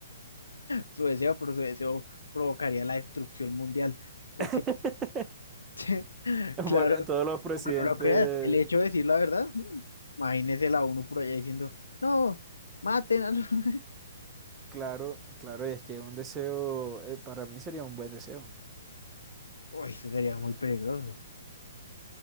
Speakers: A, on the left (about 75°); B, on the right (about 15°).
A: Su deseo, pero su deseo provocaría la destrucción mundial. Porque,
B: <laughs>
A: <laughs>
B: Por-
A: claro,
B: eh, todos los presidentes,
A: aunque no lo creas, el hecho de decir la verdad, mm, imagínese la ONU por allá diciendo, no, maten a los... <laughs>
B: claro, claro, y es que un deseo, eh, para mí sería un buen deseo.
A: Uy, eso sería muy peligroso.